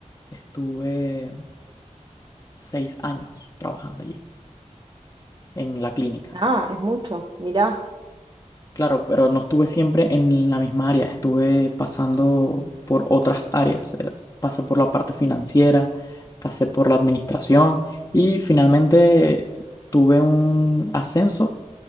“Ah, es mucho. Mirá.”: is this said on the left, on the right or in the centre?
Right